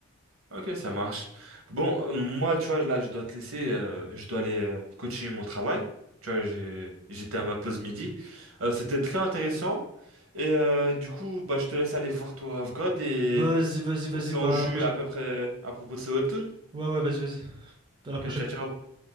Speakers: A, on the right; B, on the right.
A: Ok, ça marche. Bon, euh, moi, tu vois, là, je dois te laisser. euh, je dois aller euh, coacher mon travail. Tu vois, j'ai- j'étais à ma pause midi. Euh, c'était très intéressant. Et euh, du coup, bah, je te laisse aller voir Tower of God et
B: Vas-y, vas-y, vas-y,
A: on se tient
B: bah
A: au jus
B: à la prochaine.
A: à peu près à propos de ce webtoon.
B: Ouais, ouais, vas-y, vas-y. À la
A: Ok,
B: prochaine.
A: ciao, ciao.